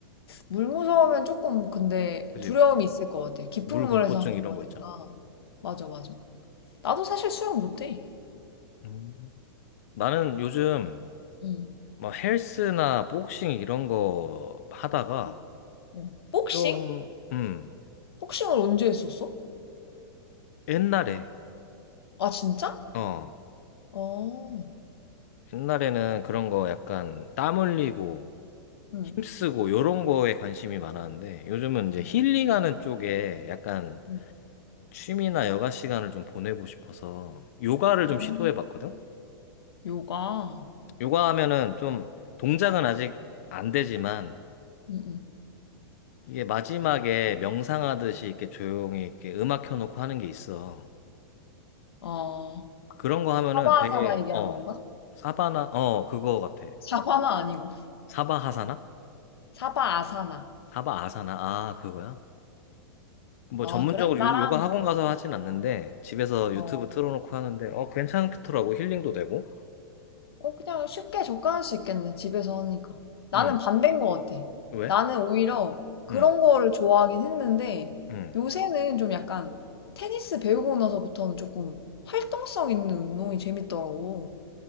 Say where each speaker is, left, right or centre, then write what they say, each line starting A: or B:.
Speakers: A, on the left; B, on the left.
A: 물 무서우면 조금 근데
B: 그지?
A: 두려움이 있을 것 같아. 깊은
B: 물
A: 물에서
B: 공포증
A: 하는
B: 이런
A: 거니까.
B: 거 있잖아.
A: 맞아, 맞아. 나도 사실 수영 못해.
B: 음. 나는 요즘
A: 응.
B: 뭐 헬스나 복싱 이런 거 하다가
A: 응. 어. 복싱?
B: 좀, 음,
A: 복싱을 언제 했었어?
B: 옛날에,
A: 아, 진짜?
B: 어,
A: 어.
B: 옛날에는 그런 거 약간 땀 흘리고
A: 응.
B: 힘쓰고 요런 거에 관심이 많았는데 요즘은 이제
A: 응.
B: 힐링하는 쪽에 약간
A: 응.
B: 취미나 여가 시간을 좀 보내고 싶어서 요가를
A: 어.
B: 좀 시도해 봤거든?
A: 요가.
B: 요가 하면은 좀 동작은 아직 안 되지만
A: 응, 응.
B: 이게 마지막에 명상하듯이 이렇게 조용히 이렇게 음악 켜놓고 하는 게 있어.
A: 어.
B: 그런 거 하면은
A: 사바아사나
B: 되게,
A: 얘기하는
B: 어,
A: 건가?
B: 사바나, 어, 그거 같아.
A: 사바나 아니고.
B: 사바하사나?
A: 사바아사나.
B: 사바아사나? 아, 그거야? 뭐
A: 아,
B: 전문적으로
A: 그래? 나랑,
B: 요- 요가 학원 가서 하진 않는데 집에서
A: 어.
B: 유튜브 틀어놓고 하는데 어, 괜찮더라고. 힐링도 되고.
A: 어, 그냥 쉽게 접근할 수 있겠네, 집에서 하니까. 나는
B: 음,
A: 반대인 것 같아.
B: 왜?
A: 나는 오히려 그런
B: 음,
A: 거를 좋아하긴 했는데,
B: 음.
A: 요새는 좀 약간 테니스 배우고 나서부터는 조금 활동성 있는 운동이 재밌더라고.